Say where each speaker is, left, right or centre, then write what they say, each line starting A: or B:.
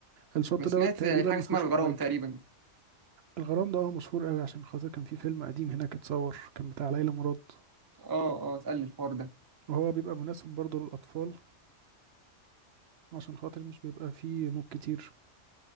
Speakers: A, on the right; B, on the right.
A: الشاطئ
B: انا سمعت
A: دوت
B: في
A: تقريبا
B: حاجه
A: ما
B: اسمها
A: فيهوش
B: الغرام
A: امواج
B: تقريبا
A: الغرام ده اه مشهور قوي عشان خاطر كان في فيلم قديم هناك اتصور كان بتاع ليلى مراد
B: اه اه اتقل الحوار ده
A: وهو بيبقى مناسب برضه للأطفال عشان خاطر مش بيبقى فيه موج كتير